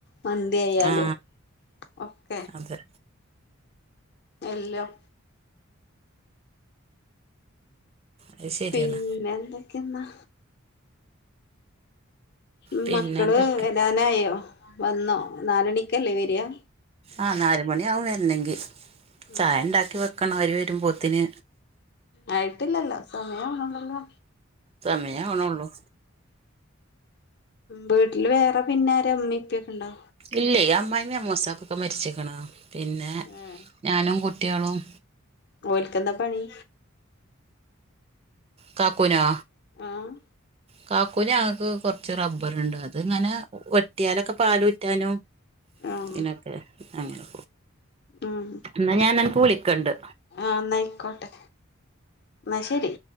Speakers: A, on the left; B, on the right.
A: മന്തിയായാലും
B: ആ
A: ഓക്കെ
B: അതെ
A: എല്ലാം
B: അത് ശരിയാണ്
A: പിന്നെന്തൊക്കേന്നാ മ്മക്കള്
B: പിന്നെ എന്തൊക്കെ
A: വരാനായോ വന്നോ നാലണിക്കല്ലേ വരിയാ
B: ആഹ് നാല് മണിയാവും വെര്ണങ്കി
A: ഉം
B: ചായ ണ്ടാക്കി വെക്കണവര് വെരുമ്പോത്തിന്
A: ആയിട്ടില്ലല്ലോ സമയാവ്ണൊള്ളോല്ലോ
B: സമയാവ്ണൊള്ളൂ
A: വീട്ടില് വേറെപിന്നാര മ്മി പ്പി ഒക്കെണ്ടോ
B: ക്കില്ലയ് അമ്മായ്മിം അമ്മോസക്കി ഒക്കെ മരിച്ചിക്ക്ണ് പിന്നെ
A: ആഹ്
B: ഞാനും കുട്ടിയാളും
A: ഓൽക്കെന്താ പണി
B: കാക്കൂനോ
A: ആഹ്
B: കാക്കു ഞങ്ങക്ക് കൊർച്ച് റബ്ബറ്ണ്ട് അത്ങ്ങനെ വെട്ടിയാലൊക്കെ പാലൂറ്റാനും
A: ആഹ്
B: തിനൊക്കെ അങ്ങനെ
A: ഉം
B: ന്നാ ഞാനനക്ക്‌ വുളിക്കണ്ട്
A: ആഹ് ന്നയ്ക്കോട്ടെ ന്നാ ശരി